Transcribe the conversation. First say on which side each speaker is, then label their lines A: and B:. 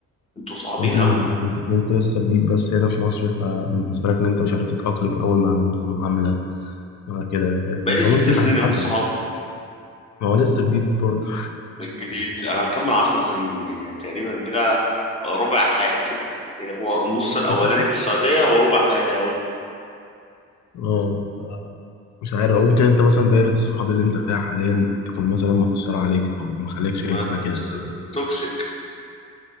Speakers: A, on the left; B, on the left.
A: انتوا صعبين
B: ممكن
A: قوي
B: عشان تكون انت لسه جديد بس هنا في مصر فبالنسبه لك ان انت مش عارف تتاقلم قوي مع المعامله مع كده فاهمني
A: بقالي
B: او
A: ست
B: ممكن
A: سنين
B: على
A: يا ابو
B: حسب
A: الصحاب
B: ما هو لسه جديد برضه
A: جديد انا هكمل عشر سنين يعني تقريبا كده ربع حياتي برضه يعني هو النص
B: <laughs>
A: الاولاني في السعودية وربع حياتي اهو
B: اه ف- مش عارف او ممكن انت مثلا دايرة الصحاب اللي انت فيها حاليا تكون مثلا مقصرة عليك او مخليك شايفنا
A: ما ت-
B: كده فاهم
A: توكسيك